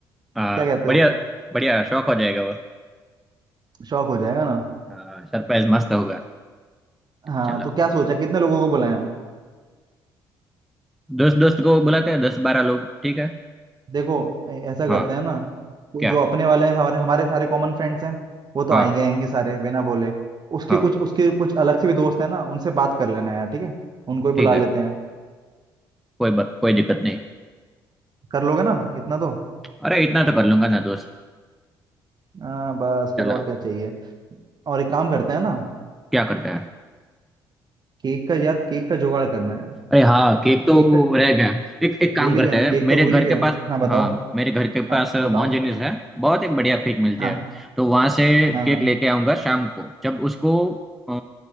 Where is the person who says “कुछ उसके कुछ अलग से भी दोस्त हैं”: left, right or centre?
Right